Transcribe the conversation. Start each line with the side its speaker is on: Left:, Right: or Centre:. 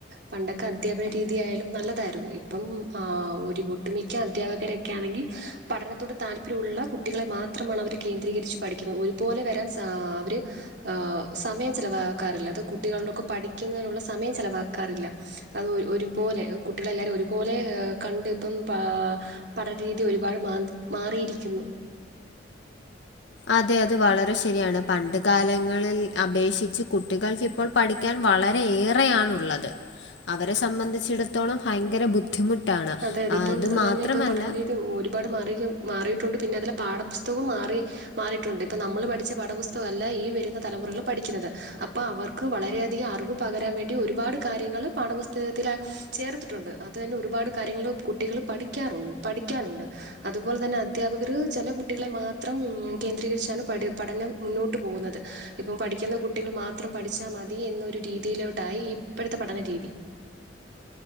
Right: പണ്ടൊക്കെ അധ്യാപന രീതിയായാലും നല്ലതായിരുന്നു. ഇപ്പം ആഹ് ഒരു ഒട്ടുമിക്ക അധ്യാപകരെ ക്കാണെങ്കി പഠനത്തോട് താല്പര്യുള്ള കുട്ടികളെ മാത്രമാണ് അവർ കേന്ദ്രീകരിച്ച് പഠിക്കുന്നത് ഒരു പോലെ വരാൻ സാ അവര് ആഹ് സമയം ചെലവാക്കാറില്ല അത് കുട്ടികളിലൊക്കെ പഠിക്കുന്നതിനുള്ള സമയം ചെലവാക്കാറില്ല. അത് ഒരുപോലെ കുട്ടികളെല്ലാരും ഒരുപോലെ കണ്ട് ഇപ്പം പാ പഠന രീതി ഒരുപാട് മാ മാറിയിരിക്കുന്നു
Left: അതെ അത് വളരെ ശരിയാണ് പണ്ട് കാലങ്ങളിൽ അപേക്ഷിച്ച് കുട്ടികൾക്കിപ്പോൾ പഠിക്കാൻ വളര ഏറെയണുള്ളത് അവരെ സംബന്ധിച്ചിടത്തോളം ഭയങ്കര ബുദ്ധിമുട്ട് ട്ടാണ്
Right: അതെ അതെ
Left: അത്
Right: ഇപ്പം
Left: മാത്രമല്ല
Right: തന്നെ ഇപ്പ പഠനരീതി ഒരുപാട് മാറീത് മാറിയിട്ടുണ്ട് പിന്നതില് പാഠപുസ്തകൊ മാറി. മാറിട്ടുണ്ട് ഇപ്പൊ നമ്മൾ പഠിച്ച പഠപുസ്തകല്ല ഈ വരുന്ന തലമുറകൾ പഠിക്കുന്നത്. അപ്പ അവർക്ക് വളരെയധിക അറവ് പകരാൻ വേണ്ടി ഒരുപാട് കാര്യങ്ങള് പാഠപുസ്തകത്തില ചേർത്തിട്ടുണ്ട് അത് തന്നെ ഒരുപാട് കാര്യങ്ങളിൽ കുട്ടികള് പഠിക്കാറുൺ പഠിക്കാനുണ്ട്. അതുപോലെ തന്നെ അദ്ധ്യാപകർ ചെല കുട്ടികളെ മാത് ത്രം കേന്ദ്രീകരിച്ചാണ് പടി പഠനം മുന്നോട്ട് പോകുന്നത്. ഇപ്പം പഠിക്കുന്ന കുട്ടികൾ മാ ത്രം പഠിച്ചാ മതി എന്നൊരു രീതിയിലോട്ടായി ഇപ്പോഴത്തെ പഠന രീതി.